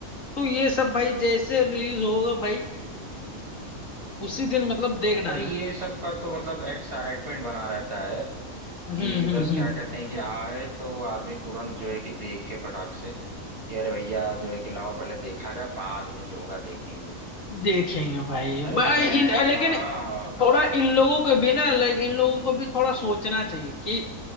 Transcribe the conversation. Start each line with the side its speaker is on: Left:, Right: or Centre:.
Left: तो ये सब भाई जैसे रिलीज होगा भाई उसी दिन मतलब देख डालो
Right: अरे ये सबका तो मतलब एक्साइटमेंट बना रहता है
Left: हम्म
Right: कि
Left: हम्म
Right: बस
Left: हम्म
Right: क्या कहते हैं कि आए तो आदमी तुरंत जो है कि देखे फटाक से कि अरे भैया जो है कि लाओ पहले देखा जा बाद में जो होगा देखेंगे
Left: देखेंगे भाई
Right: अरे
Left: भाई
Right: मैं
Left: इन
Right: तो
Left: लेकिन
Right: हाँ
Left: थोड़ा इन लोगों को भी ना लाइक इन लोगों को भी थोड़ा सोचना चाहिए कि